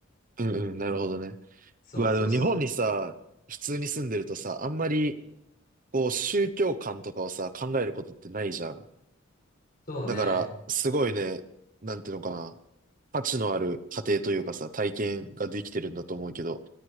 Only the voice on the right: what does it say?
うん、うん、なるほどね。
まあ、でも日本にさ、普通に住んでるとさ、あんまり、
こう、宗教観とかをさ、考えることってないじゃん。
だから、すごいね、なんていうのかな。価値のある過程というかさ、体験ができてるんだと思うけど。